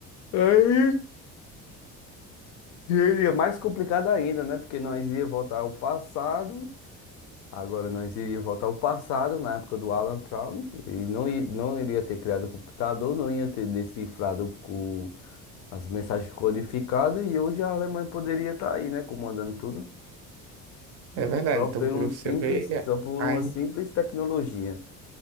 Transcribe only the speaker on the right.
É verdade,
então
para
você
ver
a,